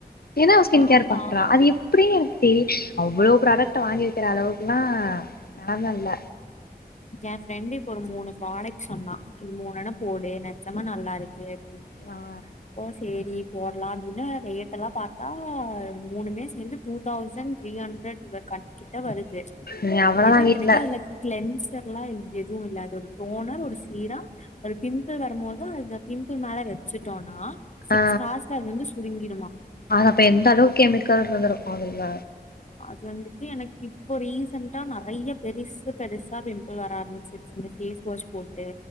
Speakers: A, on the left; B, on the left.
A: ஏன்னா அவ ஸ்கின்
B: ஆமா
A: கேர் பண்றா அது எப்டின் எனக்கு தெரில் அவ்ளோ ப்ராடெக்ட்ட வாங்கி வக்கிற அளவுக்குல்லா நலம இல்ல
B: ஏ ஃப்ரெண்டு இப்ப ஒரு மூணு ப்ராடெக்ட் சொன்னா இது மூணெனா போடு நெச்சமா நல்லா இருக் கு அப்டின்டு
A: ஆ
B: ஓஸ் சேரி போட்லா அப்டின்னு ரேட்டெல்லா பாத்தா மூணுமே சேந்து டூ தௌசண் த்ரீ ஹண்ட்ரெட் இவ்வோ க கிட்ட வருது
A: நீ அவ்ளோதா
B: எது இத்தினிக்கு
A: வீட்ல
B: அதுல க்லென்ஸ் ர்லா எது இல்ல அது ஒரு டோனர் ஒரு சீரம் ஒரு பிம்பிள் வருமோது அத பிம்பிள் மேல வச்சிட்டோன்னா சிக்ஸ்
A: ஆ
B: ஹாஸ்ல அது வந்துஸ் புடிங்கி
A: அது அப்ப எந்தளவுக் கெமிக்கல் இருந்துருக்கு அதுல
B: இது வந்துட்டு எனக் இப்போ ரீசென்டா நறையா பெரிசு பெருசா பிம் பிள் வர ஆரம்பிச்சிர்சு இந்த ஃபேஸ் வாஷ் போட் டு